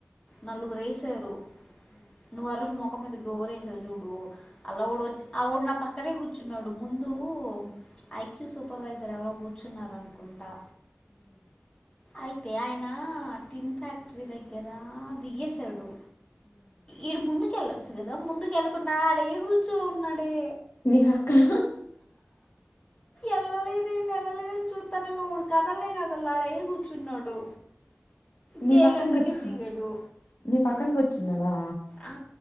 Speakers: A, on the left; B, on the left.
A: నలుగురేసారు నువ్వారోజు మోఖం మీద డోరేసావ్ జూడూ అలా ఓడు వచ్చి ఆ వోడు నా పక్కనే గుర్ర్చున్నాడు, ముందూ ఐ క్యూ సూపర్వైజర్ ఎవరో గూర్చ్ ర్చున్నరన్కుంటా అయితే ఆయన ఆ టిన్ ఫ్యాక్టరీ దగ్గర దిగేసాడు ఈడు ముందుకెళ్ళొచ్చు గదా, ముందుకెళ్ళకుండా ఆడే కూర్చో ఉన్నాడే.
B: నీ పక్కన
A: ఎల్లలేదెంది ఎల్లలేదెంది చూత్తాన నువుడ్త్ కదల్నే కదల్లాడే కూర్చున్నాడు
B: నీ
A: కేఎల్ఎం
B: పక్కన
A: దగ్గర
B: గుచ్చ్,
A: దిగాడు
B: నీ పక్కన గుర్చున్నాడా?
A: ఆ